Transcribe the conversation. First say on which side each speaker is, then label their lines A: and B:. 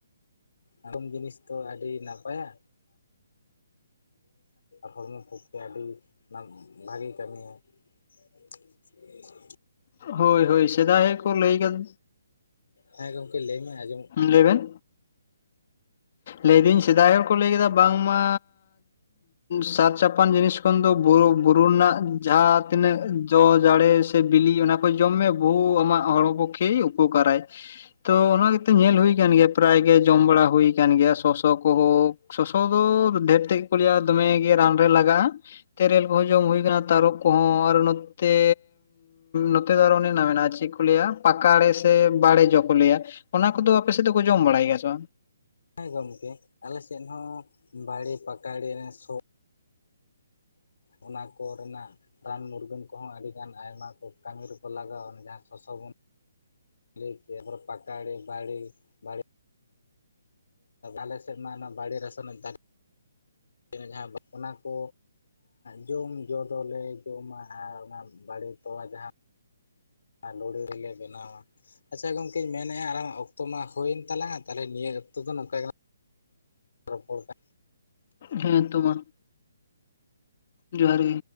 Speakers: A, on the left (about 70°); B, on the left (about 35°).
A: ᱟᱨᱩᱵ ᱡᱤᱱᱤᱥ ᱛᱚ ᱟᱹᱰᱤ ᱱᱟᱯᱟᱭᱟ ᱦᱚᱲᱢᱚ ᱯᱚᱠᱠᱷᱮ ᱟᱹᱰᱤ ᱵᱷᱟᱹᱜᱤ ᱠᱟᱹᱢᱤᱭᱟᱟᱭ <unintelligible>
B: ᱦᱳᱭ ᱦᱳᱭ ᱥᱮᱫᱟᱭ ᱠᱚ ᱞᱟᱹᱭ ᱠᱟᱫᱟ
A: ᱦᱮᱸ ᱜᱚᱢᱠᱮ ᱞᱟᱹᱭᱢᱮ ᱟᱸᱡᱚᱢ
B: ᱞᱮᱵᱷᱮᱱ ᱞᱟᱹᱭᱫᱟᱹᱧ ᱥᱮᱫᱟᱭ ᱦᱚᱲ ᱠᱚ ᱞᱟᱹᱭ ᱠᱮᱫᱟ ᱵᱟᱝᱢᱟ ᱥᱟᱨ ᱪᱟᱯᱟᱱ ᱡᱤᱱᱤᱥ ᱠᱷᱚᱱ ᱫᱚ ᱵᱩᱨᱩ ᱨᱮᱱᱟᱜ ᱡᱟᱦᱟᱸ ᱛᱤᱱᱟᱹᱜ ᱡᱚ ᱡᱟᱲᱮ ᱥᱮ ᱵᱤᱞᱤ ᱚᱱᱟ ᱠᱚ ᱡᱚᱢ ᱢᱮ ᱵᱚᱦᱩ ᱟᱢᱟᱜ ᱦᱚᱲᱢᱚ ᱯᱚᱠᱠᱷᱮ ᱩᱯᱚᱠᱟᱨᱟᱭ ᱛᱚ ᱚᱱᱟ ᱜᱮᱛᱚ ᱧᱮᱞ ᱦᱩᱭ ᱠᱟᱱ ᱜᱮᱭᱟ ᱯᱨᱟᱭ ᱜᱮ ᱡᱚᱢ ᱵᱟᱲᱟ ᱦᱩᱭ ᱠᱟᱱ ᱜᱮᱭᱟ ᱥᱚᱥᱚ ᱠᱚᱦᱚ ᱥᱚᱥᱚ ᱫᱚ ᱰᱷᱮᱨ ᱛᱮᱜᱮ ᱠᱚ ᱞᱟᱹᱭᱟ ᱫᱚᱢᱮᱜᱮ ᱨᱟᱱ ᱨᱮ ᱞᱟᱜᱟᱜᱼᱟ ᱛᱮᱨᱮᱞ ᱠᱚᱦᱚᱸ ᱡᱚᱢ ᱦᱩᱭᱠᱟᱱᱟ ᱛᱟᱨᱚᱵ ᱠᱚᱦᱚᱸ ᱟᱨ ᱱᱚᱛᱮ ᱱᱚᱛᱮ ᱫᱚ ᱟᱨ ᱚᱱᱮᱱᱟ ᱢᱮᱱᱟᱜᱼᱟ ᱪᱮᱫ ᱠᱚ ᱞᱟᱹᱭᱟ ᱯᱟᱠᱟᱲᱮ ᱥᱮ ᱵᱟᱲᱮ ᱡᱚ ᱠᱚ ᱞᱟᱹᱭᱟ ᱚᱱᱟ ᱠᱚᱫᱚ ᱟᱯᱮ ᱥᱮᱫ ᱫᱚᱠᱚ ᱡᱚᱢ ᱵᱟᱲᱟᱭ ᱜᱮᱭᱟ ᱥᱮ ᱵᱟᱝ
A: ᱦᱮᱸ ᱜᱚᱢᱠᱮ ᱟᱞᱮ ᱥᱮᱫ ᱦᱚᱸ ᱵᱟᱲᱮ ᱯᱟᱠᱟᱲᱮ ᱥᱚ ᱚᱱᱟ ᱠᱚ ᱨᱮᱱᱟᱜ ᱨᱟᱱ ᱢᱩᱨᱜᱟᱹᱱ ᱠᱚᱦᱚᱸ ᱟᱹᱰᱤᱜᱟᱱ ᱟᱭᱢᱟ ᱠᱚ ᱠᱟᱹᱢᱤ ᱨᱮᱠᱚ ᱞᱟᱜᱟᱣᱟᱼᱟ ᱡᱟᱦᱟᱸ ᱥᱚᱥᱚᱵᱚᱱ ᱞᱟᱹᱭ ᱠᱮᱫ ᱯᱟᱠᱟᱲᱮ ᱵᱟᱲᱮ ᱵᱟᱲᱮ ᱟᱞᱮ ᱥᱮᱫ ᱢᱟ ᱵᱟᱲᱮ ᱨᱟᱥᱟ ᱨᱮᱭᱟᱜ ᱛᱟᱲᱤ ᱡᱟᱦᱟᱸ ᱚᱱᱟ ᱠᱚ ᱡᱚᱢ ᱡᱚ ᱫᱚᱞᱮ ᱡᱚᱢᱟ ᱟᱨ ᱚᱱᱟ ᱵᱟᱲᱮ ᱛᱚᱣᱟ ᱡᱟᱦᱟᱸ ᱟᱨ ᱞᱩᱲᱮ ᱨᱮᱞᱮ ᱵᱮᱱᱟᱣᱟ ᱟᱪᱪᱷᱟ ᱜᱚᱝᱠᱮ ᱢᱮᱱᱮᱫᱼᱟ ᱟᱨ ᱟᱞᱟᱝ ᱟᱜ ᱚᱠᱛᱚ ᱢᱟ ᱦᱩᱭᱮᱱ ᱛᱟᱞᱟᱝ-ᱟ ᱛᱟᱦᱚᱞᱮ ᱱᱤᱭᱟᱹ ᱚᱠᱛᱚ ᱫᱚ ᱱᱚᱝᱠᱟ ᱨᱚᱯᱚᱲ ᱯᱮ
B: ᱦᱮᱸ ᱛᱚ ᱢᱟ ᱡᱚᱦᱟᱨ ᱜᱮ